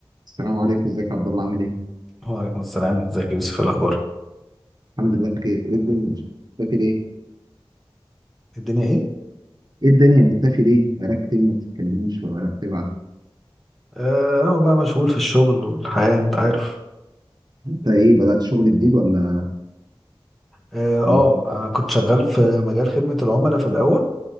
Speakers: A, on the right; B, in the centre.
A: السلام عليكم ازيك يا عبد الله عامل ايه؟
B: وعليكم السلام ازيك يا يوسف إيه الاخبار
A: الحمد لله بخير ايه الدنيا؟ مختفي ليه؟
B: الدنيا ايه
A: ايه الدنيا مختفي ليه؟ بقالك كتير ما بتتكلمش ولا بتبعت
B: آه، اهو بقى مشغول في الشغل والحياة انت عارف
A: انت ايه بدأت شغل جديد ولا
B: اه
A: ولا-
B: آه، انا كنت شغال في مجال خدمة العملاء في الاول